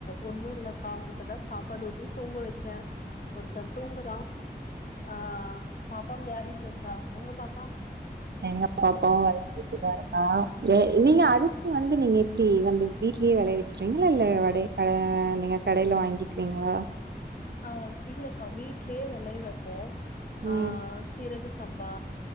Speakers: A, on the left (about 50°); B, on the right (about 70°).
A: ஒன்னு இல்லக்கா இப்பதா சாப்பாடு ஊட்டி தூங்க வச்சே ஒருத்தன் தூங்குறா ஆ பாப்பா வெளாடிட்டு இருக்கா உங்க பாப்பா
B: எங்க பாப்பாவு வெளையாடிட்டு தா இருக்கா நீங்க
A: ஆ
B: அது சி வந்து நீங்க எப்டி வந்து வீட்லயே வெளைய வச்சறீங்களா இல்ல வடை ஆ நீங்க கடையில வாங்கிக்வீங்களா
A: ஆ இல்லக்கா வீட்லயே வெளைய வப்போ ஆ
B: ம்
A: சீரக சம்பா